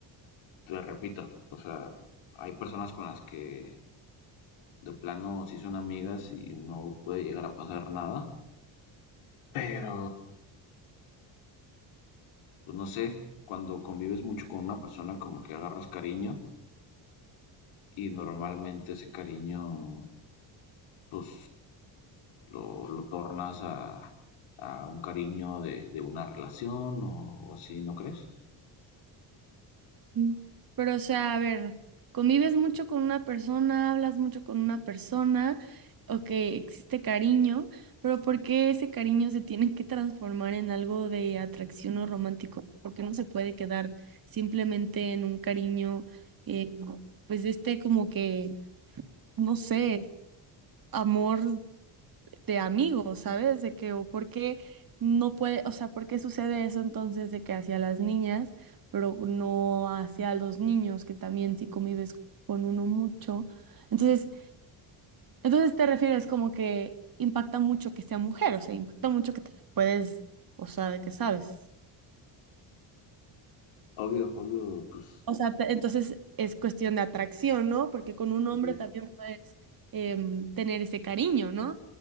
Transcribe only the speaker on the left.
te repito, o sea, hay personas con las que de plano sí son amigas y no puede llegar a pasar nada, pero, pues no sé, cuando convives mucho con una persona como que agarras cariño y normalmente ese cariño, pues lo, lo tornas a, a un cariño de, de una relación o, o así, ¿no crees?
Obvio, obvio, pues,
obvio.